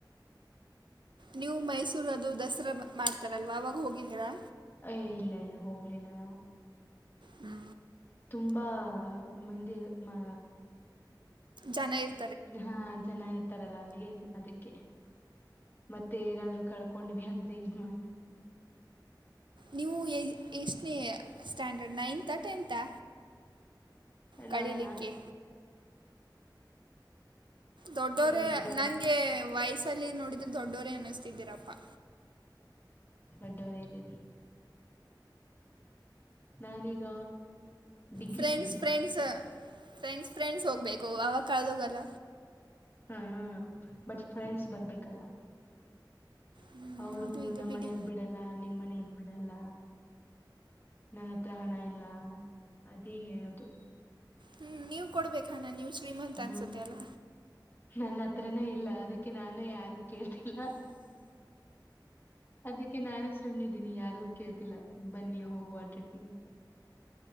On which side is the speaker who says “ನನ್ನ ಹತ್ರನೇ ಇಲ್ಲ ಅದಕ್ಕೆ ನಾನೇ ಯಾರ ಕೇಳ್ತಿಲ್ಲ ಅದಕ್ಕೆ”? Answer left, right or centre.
Left